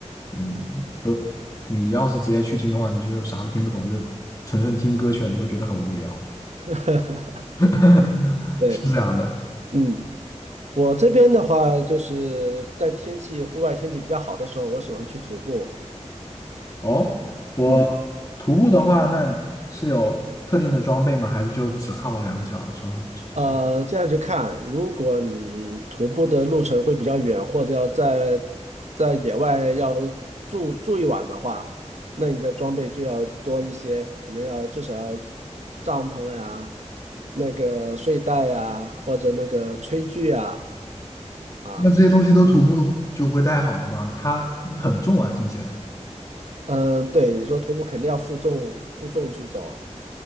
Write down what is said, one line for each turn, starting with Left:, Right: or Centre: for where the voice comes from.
Left: 嗯，都你要是直接去听的话，你就啥都听不懂，就纯纯听歌曲啊，你会觉得很无聊，
Right: <laughs>
Left: <laughs>
Right: 对，
Left: 是这样的。
Right: 嗯，我这边的话，就是在天气户外天气比较好的时候，我喜欢去徒步。
Left: 哦，我
Right: 嗯。
Left: 徒步的话，那是有特定的装备吗？还是就只靠两个脚穿穿穿？
Right: 呃，这样去看，如果你徒步的路程会比较远，或者要在在野外要住住一晚的话，那你的装备就要多一些，可能要至少要帐篷呀、那个睡袋呀，或者那个炊具呀，啊，
Left: 那这些东西都徒步就会带好的吗？它很重啊，听起来。
Right: 嗯，对，你说徒步肯定要负重负重去走，